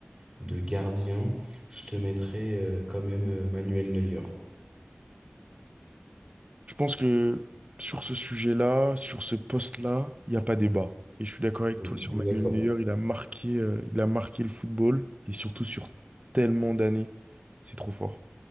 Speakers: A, on the right; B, on the right.
A: de gardien, je te mettrais euh, quand même euh, Manuel Neuer.
B: Je pense que sur ce sujet-là, sur ce poste-là, il n'y a pas débat. Et je suis d'accord avec
A: Ouais,
B: toi sur
A: on
B: Manuel
A: est d'accord.
B: Neuer, il a marqué, euh, il a marqué le football, et surtout sur tellement d'années. C'est trop fort.